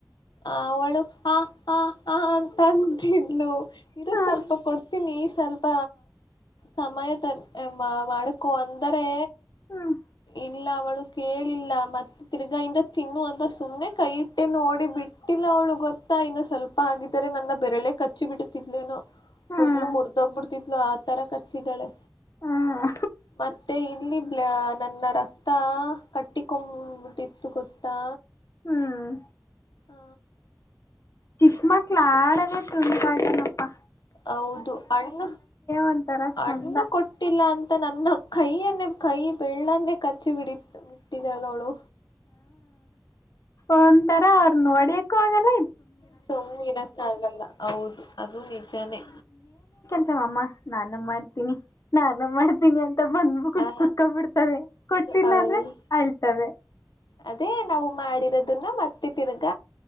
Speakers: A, on the left; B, on the left.
A: ಆ ಅವಳು ಆ ಹ ಹ ಆಂತಾಂತಿದ್ಲು ಇರು
B: ಹ್ಮ್
A: ಸ್ವಲ್ಪ ಕೊಡ್ತೀನಿ ಸ್ವಲ್ಪ ಸಮಯ ತ ಮಾ ಮಾಡ್ಕೊ ಅಂದರೆ
B: ಹ್ಮ್
A: ಇಲ್ಲ ಅವಳು ಕೇಳಿಲ್ಲ ಮತ್ತ ತಿರ್ಗಾ ಇಂದ ತಿನ್ನು ಅಂತ ಸುಮ್ನೆ ಕೈ ಟಿ ನೋಡಿ ಬಿಟ್ಟೆ. ಇಲ್ಲ ಅವಳು ಗೊತ್ತಾ ಇನ್ನು ಸ್ವಲ್ಪ ಆಗಿದರೆ ನನ್ನ ಬೆರಳೆ ಕ ಕಚ್ಚಿ ಬಿಡ್ತ್ತಿದ್ದಳೇನೋ.
B: ಹ್ಮ್
A: ಫುಲ್ ಮುರ್ದೋಗ್ಬಿಡ್ತಿದ್ಲು ಆ ತರ ಕಚ್ಚಿದ್ದಾಳೆ.
B: ಹ್ಮ್
A: ಮತ್ತೆ ಇಲ್ಲಿ ಬ್ಲ ನನ್ನ ರಕ್ತ ಕಟ್ಟಿಕೊಂಬಿಟ್ಟಿತ್ತು ಗೊತ್ತಾ.
B: ಹ್ಮ್
A: ಹ
B: ಚಿಕ್ಕ್ಮಕ್ಕಳಾಡದೆ ತುಂಟಾಟ ನ ಪ್ಪಾ.
A: ಹೌದು ಹಣ್ಣು
B: ಒಂಥರ
A: ಹಣ್ಣು
B: ಚಂದ
A: ಕೊಟ್ಟಿಲ್ಲ ಅಂತ ನನ್ನ ಕೈಯನ್ನೇ ಕೈ ಬೆರಳನ್ನೇ ಕ ಕಚ್ಚಿ ಬಿಡಿತ ಬಿಟ್ಟಿದ್ದಾಳೆ ಅವಳು.
B: ಒಂತರ ಅವ್ರನ್ನೊಡಕ್ ಕ್ಕೂಗಾಲ್ಲ್
A: ಸುಮ್ನಿರಕಾಗಲ್ಲ ಹೌದು ಅದು ನಿಜಾನೇ
B: ತ್ ಮ್ಮ ನಾನು ಮಾಡ್ ನಿ ನಾನು ಮಾಡ್ತೀನಿ ಅಂತ ಬಂದ್ಬುಕುಟ್ಟ್
A: ಆ
B: ಕುೂತ್ಕೊ ಬಿಡ್ತವೆ. ಕೊಟ್ಟಿಲ್ಲ
A: ಹೌದು
B: ಅಂದ್ರ ಅಳ್ತವೆ.
A: ಅದೇ ನಾವು ಮಾಡಿರದನ್ನ ಮತ್ತೆ ತಿರ್ಗ.